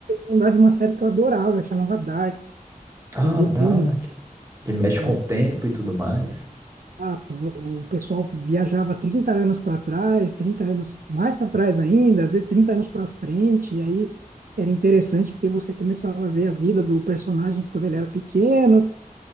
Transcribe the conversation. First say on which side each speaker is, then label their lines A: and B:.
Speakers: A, on the right (about 75°); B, on the right (about 20°).
A: lembrar de uma série que eu adorava, que chamava Dark.
B: Ah,
A: Eu gostei
B: dá.
A: muito.
B: Que que mexe
A: É,
B: com o tempo e tudo mais.
A: ah, o o pessoal viajava 30 anos para trás, 30 anos mais para trás ainda, às vezes 30 anos para frente, e aí era interessante porque você começava a ver a vida do personagem quando ele era pequeno,